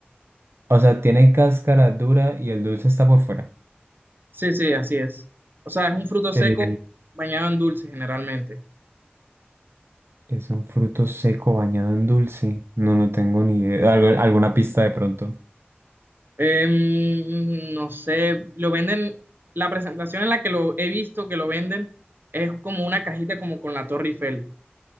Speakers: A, on the right; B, on the right.
A: O sea, tiene cáscara dura y el dulce está por fuera.
B: Sí, sí, así es. O sea, es un fruto
A: Eh,
B: seco bañado en dulce generalmente.
A: es un fruto seco bañado en dulce. No, no tengo ni idea. Algo- alguna pista de pronto.
B: Em, no sé, lo venden, la presentación en la que lo he visto que lo venden es como una cajita como con la Torre Eiffel.